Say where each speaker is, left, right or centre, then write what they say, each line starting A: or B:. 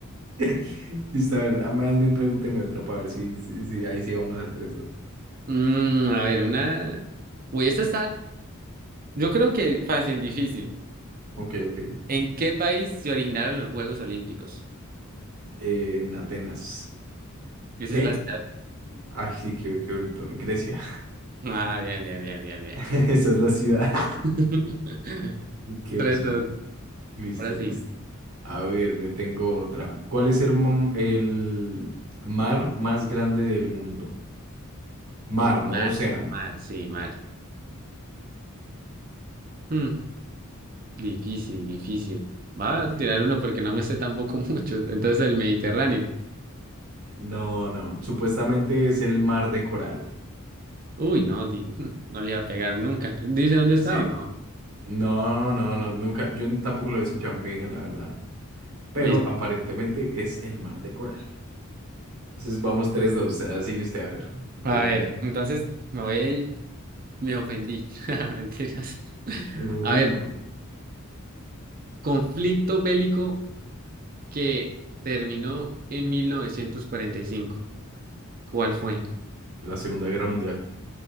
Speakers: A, on the right (about 80°); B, on the right (about 40°).
A: <laughs> Está verdad. Más bien pregúnteme otra para ver si, si, si ahí sí vamos al tres dos
B: Mm, a ver, una. Uy, esta está. Yo creo que fácil, difícil.
A: Ok, ok.
B: ¿En qué país se originaron los Juegos Olímpicos?
A: Eh, en Atenas.
B: Esa
A: ¿Qué?
B: es la ciudad.
A: Ay, sí, qué, qué bruto. Grecia.
B: Ah, bien, bien, bien, bien, bien,
A: <laughs>
B: bien.
A: Esa es la ciudad. <laughs>
B: <laughs>
A: Y Qué
B: Tres,
A: oso.
B: dos.
A: Listo,
B: Ahora
A: listo.
B: sí.
A: A ver, le tengo otra. ¿Cuál es el, mo- el mar más grande del mundo?
B: El
A: Mar, no
B: mar,
A: océano.
B: mar, sí, mar. Hmm. Difícil, difícil. Va a tirar
A: Sí.
B: uno porque no me sé tampoco <laughs> mucho. Entonces el Mediterráneo.
A: No, no. Supuestamente es el mar de coral.
B: Uy, no, di- <laughs> no le iba a pegar nunca. ¿Dice dónde está
A: Sí.
B: o no?
A: No, no, no, nunca, yo tampoco lo he escuchado en mi vida, la verdad. Pero
B: Listo.
A: aparentemente es el mar de coral. Entonces vamos tres, dos. ah, sigue usted a ver, pregúnteme.
B: A ver, entonces me voy, me ofendí. <laughs> Mentiras. <laughs>
A: Uy,
B: A ver,
A: no.
B: conflicto bélico que terminó en 1945. ¿Cuál fue?
A: La Segunda Guerra Mundial.